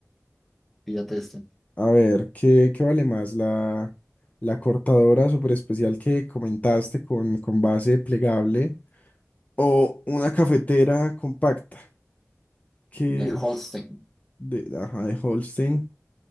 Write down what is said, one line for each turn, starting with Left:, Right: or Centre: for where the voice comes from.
Centre: Píllate este.
Left: A ver, ¿qué, qué vale más? La, la cortadora super especial que comentaste con, con base plegable o una cafetera compacta. Que,
Centre: de Holstein.
Left: uf. de, ajá, de Holstein